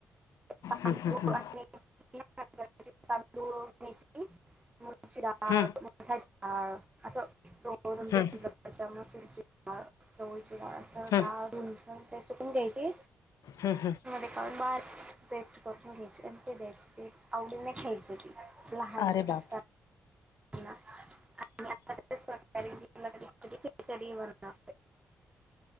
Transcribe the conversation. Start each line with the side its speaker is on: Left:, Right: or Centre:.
Right: तांदूळ
Left: हं हं हं.
Right: आणि <unintelligible> तांदूळ नेसली. ुगाचि दाळ,
Left: हम्म
Right: मठाचि दाळ असं <unintelligible>
Left: हम्म
Right: मसुरची दाळ. चवळची दा. ळ असं
Left: हम्म
Right: दाळ धुणसन मग ते सुकून घ्यायची
Left: हं हं.
Right: मध्ये काढुन बारीक पेस्ट करुन थोडशी अन ते द्यायची. आवडीने खायचं ते. लहान
Left: अरे बाप
Right: असतां ना. <unintelligible> खिचडी म्हणा